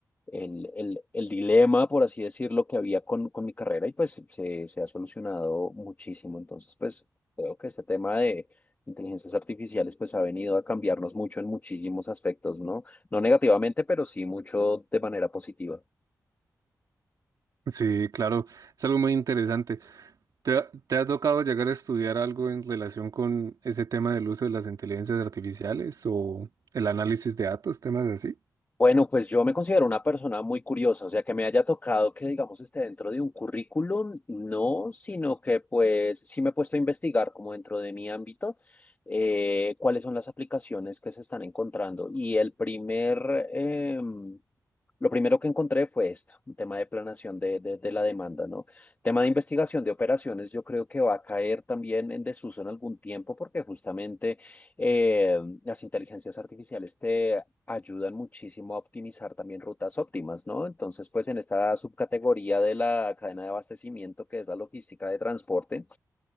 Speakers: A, on the left; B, on the right.
A: el, el- el dilema, por así decirlo, que había con, con mi carrera y pues se, se ha solucionado muchísimo. Entonces, pues creo que este tema de inteligencias artificiales pues ha venido a cambiarnos mucho en muchísimos aspectos, ¿no? No negativamente, pero sí mucho de manera positiva.
B: Sí, claro, es algo muy interesante. ¿Te ha, te ha tocado llegar a estudiar algo en relación con ese tema del uso de las inteligencias artificiales o el análisis de datos, temas así?
A: Bueno, pues yo me considero una persona muy curiosa, o sea, que me haya tocado que, digamos, esté dentro de un currículum, no, sino que pues sí me he puesto a investigar como dentro de mi ámbito eh, cuáles son las aplicaciones que se están encontrando. Y el primer, em, lo primero que encontré fue esto, un tema de planación de, de, de la demanda, ¿no? Tema de investigación de operaciones, yo creo que va a caer también en desuso en algún tiempo porque justamente eh, las inteligencias artificiales te ayudan muchísimo a optimizar también rutas óptimas, ¿no? Entonces, pues en esta subcategoría de la cadena de abastecimiento, que es la logística de transporte,